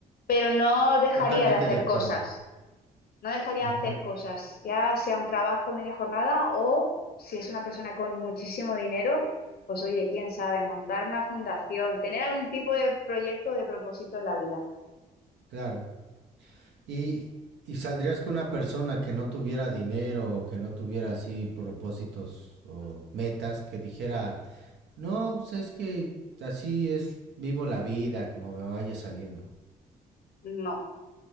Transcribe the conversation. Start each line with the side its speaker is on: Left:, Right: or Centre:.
Left: pero no dejaría
Right: Totalmente
Left: de hacer
Right: de acuerdo.
Left: cosas. No dejaría
Right: Ujú,
Left: de hacer cosas, ya sea un trabajo media jornada o si es una persona con muchísimo dinero, pues oye, quién sabe, montar una fundación, tener algún tipo de proyecto o de propósito en la vida.
Right: Claro. Y, y saldrías con una persona que no tuviera dinero o que no tuviera así propósitos o metas, que dijera, no, pues es que así es, vivo la vida como me vaya saliendo.
Left: No,